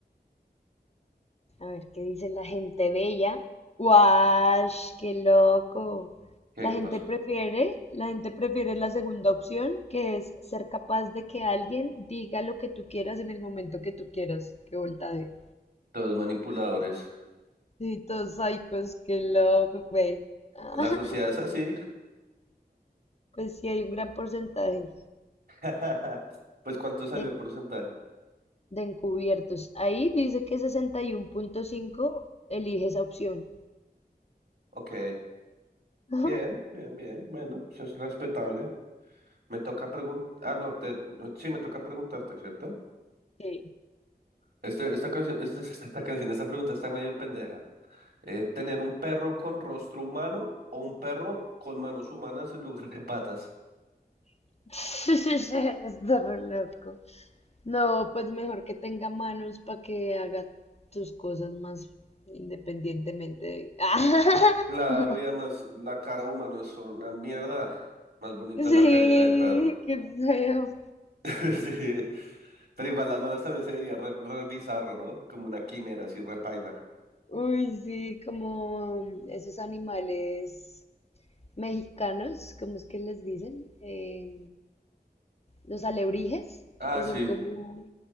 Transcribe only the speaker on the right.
¿Qué,
qué
pasa?
Todos manipuladores.
La sociedad es así.
<laughs> Pues, ¿cuánto salió
el porcentaje?
Ok,
bien, bien, bien. Bueno, eso es respetable. Me toca preguntar. Ah, no, te... no, sí, me toca preguntarte, ¿cierto?
Este, esta canción, esta, esta, esta canción, esta pregunta está medio pendeja. Eh, ¿tener un perro con rostro humano o un perro con manos humanas en lugar de patas?
Claro, y además la cara humana es una mierda. Más bonito
es la carita de perro.
<laughs> Sí, pero igual las manos también se vería re, re bizarro, ¿no? Como una quimera así repaila.
Ah,
sí.